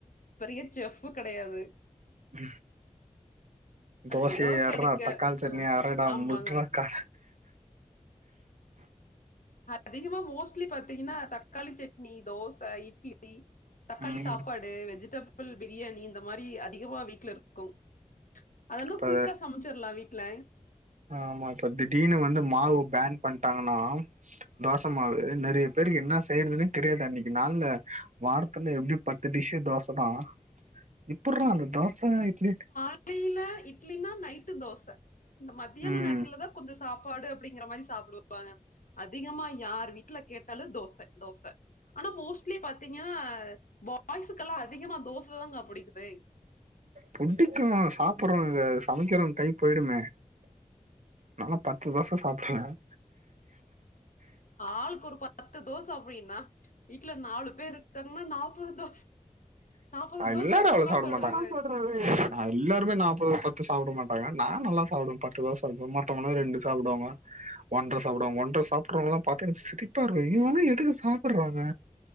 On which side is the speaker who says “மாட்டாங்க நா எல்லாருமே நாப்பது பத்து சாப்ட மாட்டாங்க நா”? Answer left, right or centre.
Right